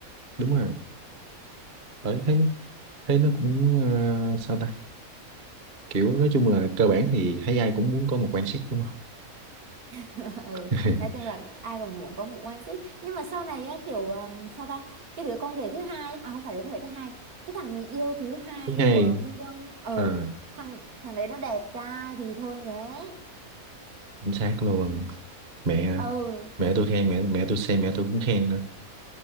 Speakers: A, on the right; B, on the right.
A: đúng rồi bởi thấy thấy nó cũng ờ, sao ta kiểu nói chung là cơ bản thì thấy ai cũng muốn có một quan sức đúng không
B: <laughs> ừ
A: <laughs>
B: nói chung là ai còn muốn có một one seat nhưng mà sau này á, kiểu um, sao ta cái đứa con rể thứ hai à không phải đứa con rể thứ hai cái thằng người yêu thứ hai
A: thứ hai
B: của Minh Young ừ
A: à,
B: thằng thằng đấy nó đẹp trai thì thôi nhé
A: chính xác luôn mẹ
B: ừ
A: mẹ tôi khen mẹ mẹ tôi xem mẹ tôi cũng khen nữa